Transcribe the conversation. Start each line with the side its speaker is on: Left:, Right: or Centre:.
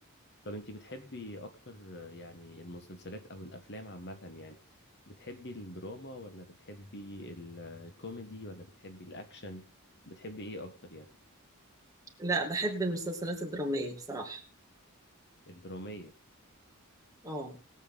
Left: طب انتي بتحبي اكتر آه، يعني المسلسلات او الافلام عامه يعني بتحبي الدراما ولا بتحبي الكوميدي ولا بتحبي الاكشن بتحبي ايه اكتر يعني
Right: لا بحب المسلسلات الدرامية بصراحة
Left: الدراميه
Right: اه